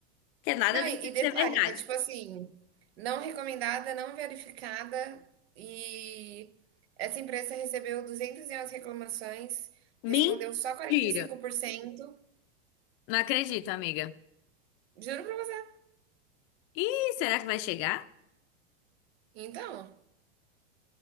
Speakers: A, on the left; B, on the right.
A: Que é nada
B: Não,
A: deixa
B: e,
A: de
B: e detalhe,
A: ser verdade.
B: tá tipo assim, não recomendada, não verificada, e essa empresa recebeu 211 reclamações, respondeu
A: Mentira!
B: só quarenta e cinco por cento.
A: Não acredito, amiga.
B: Juro pra você.
A: E será que vai chegar?
B: Então,